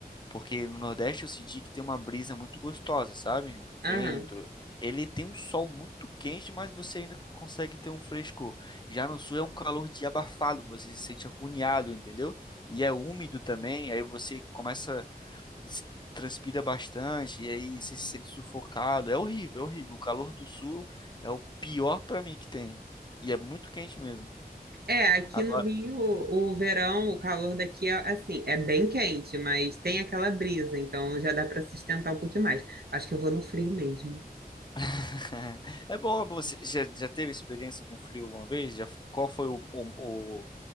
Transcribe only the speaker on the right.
aham.
É, aqui
no Rio, o, o verão, o calor daqui é, assim, é bem quente, mas tem aquela brisa, então já dá para sustentar um pouquinho mais. Acho que eu vou no frio mesmo.